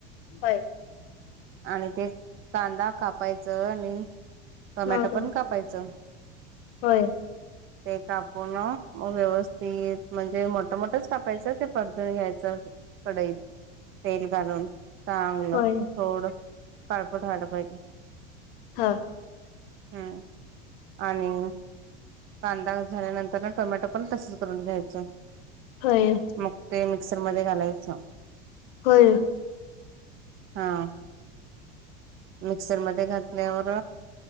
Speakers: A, on the left; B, on the right.
A: होय
B: आणि ते कांदा कापायच आणि टोमॅटो
A: मग
B: पण कापायचं.
A: होय
B: ते कापून व्यवस्थित म्हणजे मोठं मोठंच कापायचं ते परतून घ्यायचं. कढईत तेल घालून. चांगलं
A: होय
B: थोडं काळपट व्हायला पाहिजे.
A: हा
B: हम्म आणि कांदा झाल्यानंतर ना टोमॅटो पण तसेच करून घ्यायचे.
A: होय
B: मग ते मिक्सरमध्ये घालायचं.
A: होय
B: हा मिक्सर मध्ये घातल्यावर